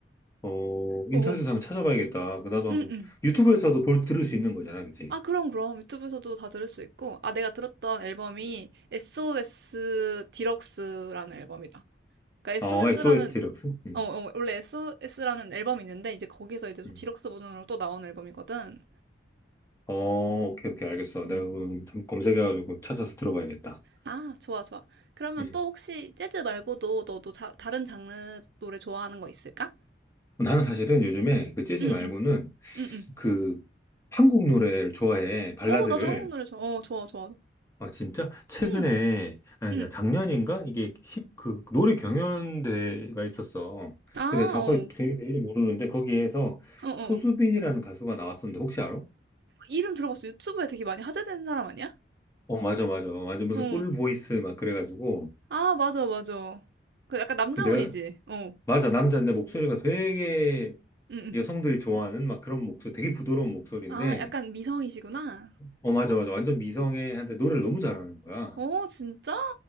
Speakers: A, on the left (about 15°); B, on the right (about 65°).
A: 어,
B: 어,
A: 인터넷에서
B: 어.
A: 한번 찾아봐야겠다. 그 나도 한번
B: 응, 응.
A: 유튜브에서도 볼 들을 수 있는 거잖아, 그치?
B: 아, 그럼, 그럼. 유튜브에서도 다 들을 수 있고. 아, 내가 들었던 앨범이 SOS 디럭스라는 앨범이다. 그러니까 SOS라는,
A: 어, SOS 디럭스? 음,
B: 어, 어, 원래 SOS라는 앨범이 있는데, 이제 거기서 이제 좀
A: 음.
B: 디럭스 버전으로 또 나온 앨범이거든.
A: 어, 오케이,
B: 음,
A: 오케이, 알겠어. 내가
B: 음.
A: 그거 한번 검색해가지고 찾아서 들어봐야겠다.
B: 아, 좋아, 좋아. 그러면
A: 음.
B: 또 혹시 재즈 말고도 너도 자- 다른 장르 노래 좋아하는 거 있을까?
A: 나는 사실은 요즘에 그 재즈
B: 응,
A: 말고는
B: 응. 음음.
A: 그 한국 노래를 좋아해, 발라드를.
B: 어 나도 한국 노래 좋아. 어 좋아 좋아.
A: 아, 진짜? 최근에,
B: 음.
A: 아니,
B: 음.
A: 야, 작년인가? 이게 힙, 그, 노래 경연대회가 있었어.
B: 아,
A: 근데 정확하게
B: 어.
A: 경연대 이름 모르는데 거기에서
B: 어, 어.
A: 소수빈이라는 가수가 나왔었는데 혹시 알아?
B: 이름 들어봤어. 유튜브에 되게 많이 화제되는 사람 아니야?
A: 어, 맞아, 맞아. 완전 무슨
B: 어.
A: 꿀 보이스 막 그래가지고.
B: 아, 맞아, 맞아. 그 약간 남자분이지.
A: 그 내가,
B: 어.
A: 맞아. 남자인데 목소리가 되게
B: 음. 음.
A: 여성들이 좋아하는 막 그런 목소리, 되게 부드러운 목소리인데,
B: 아, 약간 미성이시구나.
A: 어, 맞아, 맞아. 완전 미성애한테 노래를 너무 잘하는 거야.
B: 어, 진짜?